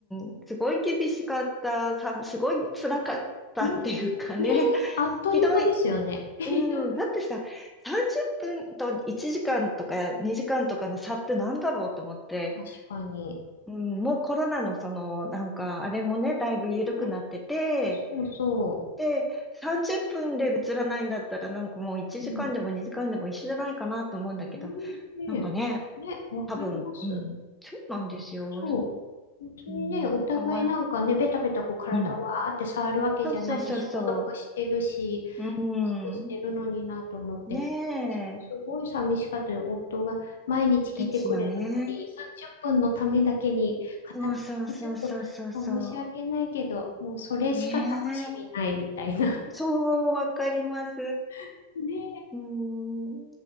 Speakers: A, in the centre; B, on the left.
A: ん、すごい厳しかった、さ、すごい辛かったっていうかね、
B: い。ねえ、ねえ、あっという間ですよね。
A: <laughs> ひどい。
B: <laughs> ひどい。
A: うん、だってさ、30分と1時間とか2時間とかの差ってなんだろうと思って、
B: 確かに。
A: うん、もうコロナのその、なんか、あれもね、だいぶ緩くなってて、
B: ねえ、そうそ
A: で、30分で映らないんだったら、なんかもう1時間でも2時間でも一緒じゃないかなと思うんだけど、
B: う。うん。ねえ、ねえ、
A: なんかね、
B: ね、わかります。
A: 多分、うん、そうなんですよ。
B: そう。本当にね、
A: うん、
B: お互いなんかね、
A: かわいい。
B: ベタベタこう体わーって触るわけじゃないし、
A: うん。そうそうそうそ
B: 消毒してるし、
A: う。う
B: すくしてるのになと思って、
A: ん。ねえ。
B: 私もすごい寂しかったよ。夫が毎日来てくれるのに、
A: ですよね。
B: 30分のためだけに、片道30分、
A: そうそうそうそうそうそ
B: なんか申し訳ないけど、もうそれしか楽しみないみたいな。
A: う。ねえ。そう、わかります。
B: <laughs> ねえ、
A: うん。